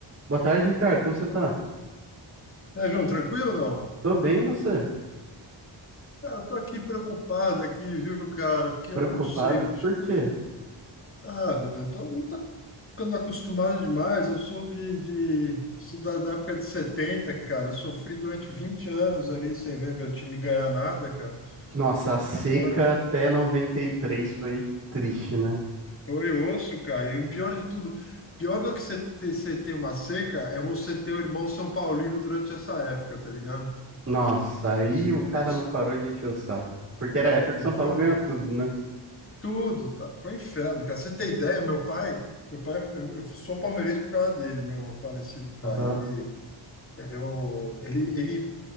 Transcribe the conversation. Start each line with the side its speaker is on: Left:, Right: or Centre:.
Right: Boa tarde, Ricardo. Como você tá?
Left: E aí, João, tranquilo ou não?
Right: Tô bem, e você?
Left: Cara, tô aqui preocupado aqui, viu, cara? Porque
Right: Preocupado?
Left: eu não sei, bicho.
Right: Por quê?
Left: Ah, velho, eu tô não tô ficando acostumado demais. Eu sou de, de isso da, da época de 70, cara. Eu sofri durante 20 anos ali sem ver meu time ganhar nada, cara.
Right: Nossa, a seca
Left: Agora,
Right: até 93 foi triste, né?
Left: foi osso, cara. E o pior de tudo, pior do que você ter, você ter uma seca é você ter o irmão São Paulino durante essa época, tá ligado?
Right: Nossa, aí
Left: Os,
Right: o cara
Left: os,
Right: não parou de encher o saco. Porque era a época que
Left: não
Right: São
Left: foi?
Right: Paulo ganhou tudo, né?
Left: Tudo, tá? Foi um inferno, cara. Você tem ideia, meu pai, meu pai, eu, eu sou palmeirense por causa dele, meu falecido pai.
Right: Ah,
Left: Ele, eu, ele, ele,